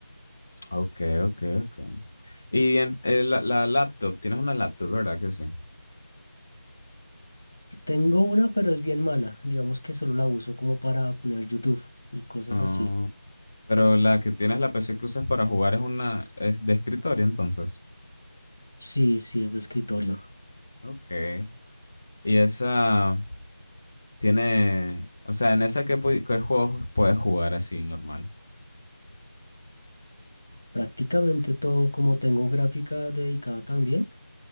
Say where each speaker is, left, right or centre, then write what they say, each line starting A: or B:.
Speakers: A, on the left (about 15°); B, on the left (about 45°).
A: Ok, ok, ok. Y en- eh, la, la laptop, tienes una laptop, ¿verdad que sí?
B: Tengo una, pero es bien mala. Digamos que solo la uso como para poner YouTube y cosas
A: Ah,
B: así.
A: pero la que tienes, la PC que usas para jugar es una, es de escritorio, entonces.
B: Sí, sí, es de escritorio.
A: Ok. Y esa tiene, o sea, en esa qué, pu- qué juegos puedes jugar así normal.
B: Prácticamente todo, como tengo gráfica dedicada también,